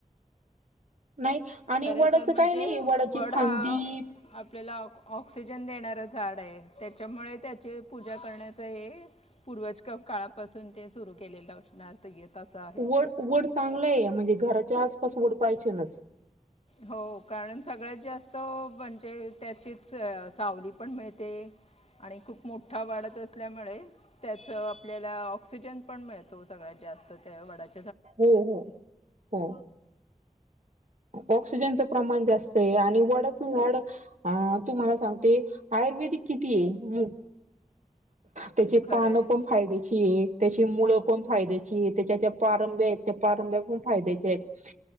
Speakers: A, on the right; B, on the left.
A: नाही आणि
B: खर
A: वडाचं
B: तर म्हणजे
A: काय नाही वडाची
B: वड
A: फांदी
B: हा आपल्याला ऑक ऑक्सिजन देणारं झाड आहे त्याच्यामुळे त्याची पूजा करण्याच हे. पूर्वज काळापासून ते सुरू केलेलं असणार तर येत. असं आहे
A: वड वड चांगलं आहे म्हणजे घराच्या आसपास वड पाहिजेनच
B: हो कारण सगळ्यात जास्त म्हणजे त्याचीच सावली पण मिळते. आणि खूप मोठा वाढत असल्यामुळे त्याच आपल्याला ऑक्सिजन पण मिळतो सगळ्यां जास्त त्या वडाच.
A: हो हो हो. ऑक्सिजनच प्रमाण जास्त आहे आणि वडच झाड तुम्हाला सांगते आ. किती आहे म्हणजे त्याची
B: खरं
A: पानं
B: आहे
A: पण फायद्याची आहे त्याची मुळं पण फायद्याची आहे त्याच्या त्या पारंब्या त्या पारंब्या फायद्याचे आहेत